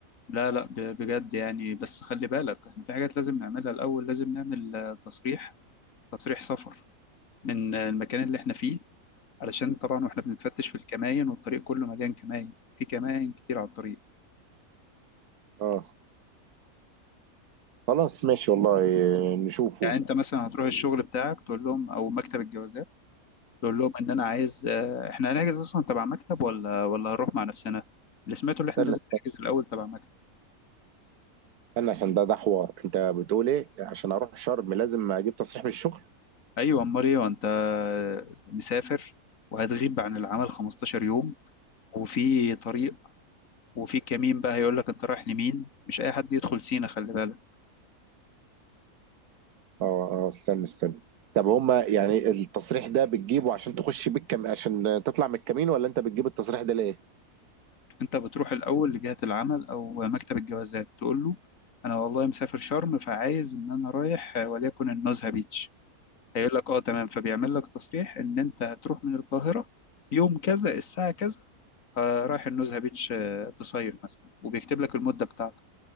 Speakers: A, on the left; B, on the right.
A: لا لا ب- بجد يعني بس خلي بالك احنا في حاجات لازم نعملها الاول لازم نعمل آه، تصريح تصريح سفر من آه، المكان اللي احنا فيه علشان طبعا واحنا بنتفتش في الكماين والطريق كله مليان كماين في كماين كتير على الطريق
B: اه خلاص ماشي والله آه، نشوفه
A: يعني انت مثلا هتروح الشغل بتاعك تقول لهم او مكتب الجوازات تقول لهم ان انا عايز آه، احنا هنحجز اصلا تبع مكتب ولا ولا هنروح مع نفسنا اللي سمعته
B: استنى
A: اللي احنا لازم نحجز الاول تبع مكتب
B: انا عشان ده ده حوار انت بتقول ايه عشان اروح شرم لازم اجيب تصريح من الشغل
A: ايوه امال ايه وانت مسافر وهتغيب عن العمل 15 يوم وفي طريق وفي كمين بقى هيقول لك انت رايح لمين مش اي حد يدخل سينا خلي بالك
B: اه اه استنى استنى طب هما يعني التصريح ده بتجيبه عشان تخش بيه الكم... عشان تطلع من الكمين ولا انت بتجيب التصريح ده ليه؟
A: انت بتروح الاول لجهه العمل او مكتب الجوازات تقول له انا والله مسافر شرم فعايز ان انا رايح آه، وليكن النزهه بيتش هيقول لك اه تمام فبيعمل لك تصريح ان انت هتروح من القاهره يوم كذا الساعه كذا آه، رايح النزهه بيتش آه، تصيف مثلا وبيكتب لك المده بتاعتك